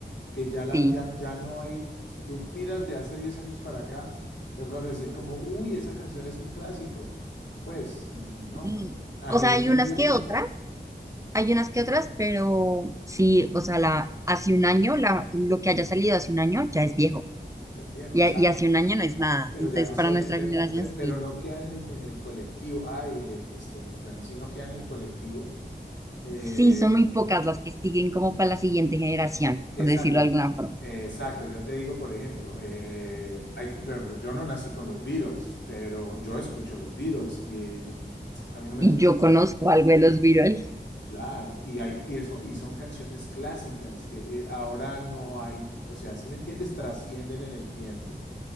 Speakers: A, on the left; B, on the right.
A: que ya, la,
B: sí.
A: ya, ya no hay. Si tú miras de hace 10 años para acá, es raro decir como, uy, esa canción es un clásico. Pues no.
B: Mm,
A: A
B: O
A: nivel
B: sea, hay
A: mundial,
B: unas que otras, hay unas que otras, pero sí, o sea, la, hace un año, la, lo que haya salido hace un año ya es viejo.
A: ya es viejo,
B: Y,
A: exacto.
B: a- y hace un año no es nada.
A: Pero
B: Entonces,
A: ya no
B: para
A: se oye,
B: nuestra
A: pero
B: generación,
A: per- pero,
B: sí.
A: no queda en el, en el colectivo. Ay, es- este, bueno, si no queda en el colectivo. eh,
B: Sí, son muy pocas las que siguen como para la siguiente generación,
A: exacto,
B: por decirlo de alguna forma.
A: exacto. Yo te digo, por ejemplo, eh, hay- por ejemplo, yo no nací con los Beatles, pero yo escucho los Beatles y mm, a mí no me
B: Y
A: tocó.
B: yo conozco algo de los virales.
A: Claro, y hay, y eso, y son canciones clásicas que eh, ahora no hay, o sea, si me entiendes, trascienden en el tiempo.